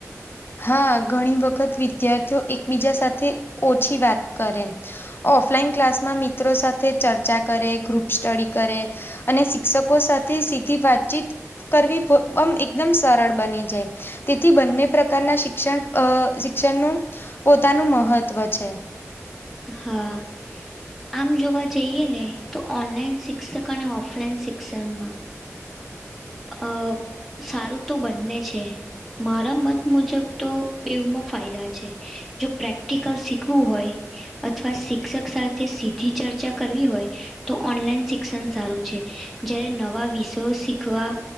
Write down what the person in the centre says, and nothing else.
હા. આમ જોવા જઈએ ને તો ઓનલાઈન શિક્ષક અને ઓફલાઈન શિક્ષણમાં અહ સારું તો બંને છે. મારા મત મુજબ તો બેવમાં ફાયદા છે, જો પ્રેક્ટિકલ શીખવું હોય અથવા શિક્ષક સાથે સીધી ચર્ચા કરવી હોય, તો ઓનલાઈન શિક્ષણ સારું છે. જ્યારે નવા વિષયો શીખવા